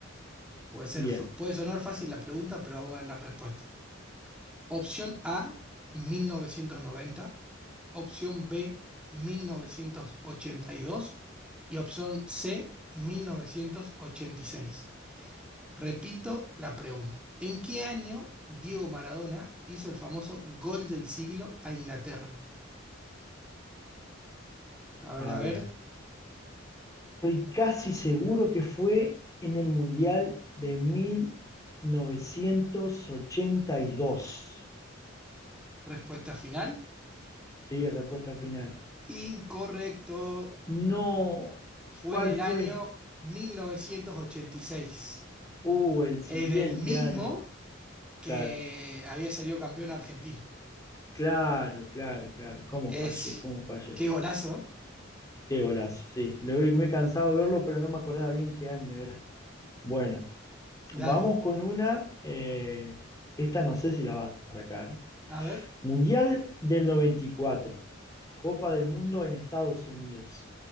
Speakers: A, in the centre; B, on the left.
A: Puede ser,
B: Bien,
A: f- puede sonar fácil la pregunta, pero vamos a ver las respuestas. Opción A, 1990. Opción B, 1982. Y dos. Y opción C, 1986. Repito la pregunta. ¿En qué año Diego Maradona hizo el famoso gol del siglo a Inglaterra? A ver,
B: a
A: a
B: ver.
A: ver,
B: Estoy casi seguro que fue en el Mundial de 1982.
A: respuesta final.
B: Sí, respuesta final.
A: Incorrecto.
B: No,
A: Fue
B: ¿cuál
A: en el
B: fue?
A: año 1986.
B: Uh, el siguiente
A: En el mismo
B: año.
A: que
B: Claro,
A: había salido campeón Argentina.
B: claro, claro, claro. ¿Cómo
A: Es.
B: fallé? ¿Cómo fallé?
A: Qué golazo. ¿eh?
B: Qué golazo, sí. Lo vi- me he cansado de verlo, pero no me acordaba bien qué año era. Bueno,
A: Dale.
B: vamos con una. eh, esta no sé si la vas a sacar.
A: A ver,
B: Mundial del 94, Copa del Mundo en Estados Unidos.